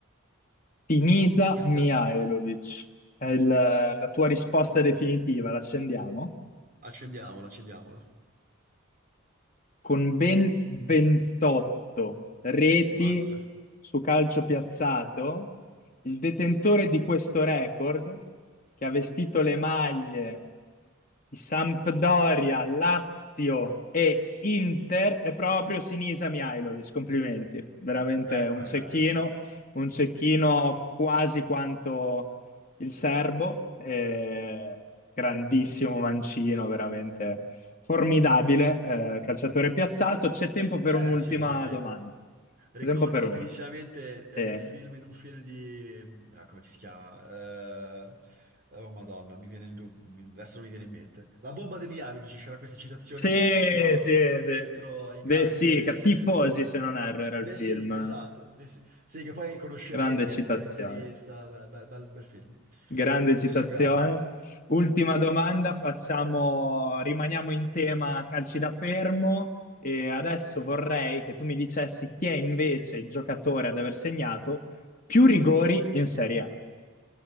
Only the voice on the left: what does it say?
Sinisa
Mihajlovic, è il- la tua risposta definitiva, l'accendiamo?
con ben 28 reti
su calcio piazzato, il detentore di questo record, che ha vestito le maglie di Sampdoria, Lazio e Inter, è proprio Sinisa Mihajlovic. Complimenti, veramente
un
cecchino, un cecchino quasi quanto il serbo, eh, grandissimo mancino, veramente formidabile, eh, calciatore piazzato. C'è tempo per
un'ultima
domanda.
C'è tempo per
un'ultima.
Sì,
sì,
sì,
de,
de-
sì, ca- Tifosi, se non erro, era
il film.
Grande
citazione.
Grande citazione.
Ultima domanda, facciamo, rimaniamo in tema calci da fermo e adesso vorrei che tu mi dicessi chi è invece il giocatore ad aver segnato più rigori in Serie A.